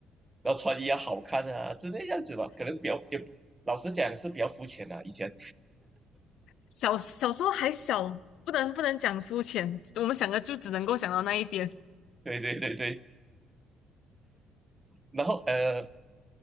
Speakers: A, on the right (about 20°); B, on the left (about 70°).
A: 然后穿衣要好看啊之类样子吧，可能比较也老实讲是比较肤浅的、以前
B: 小小时候还小，不能不能讲肤浅，我们想的就只能够想到那一边。
A: 对对对对，然后呃，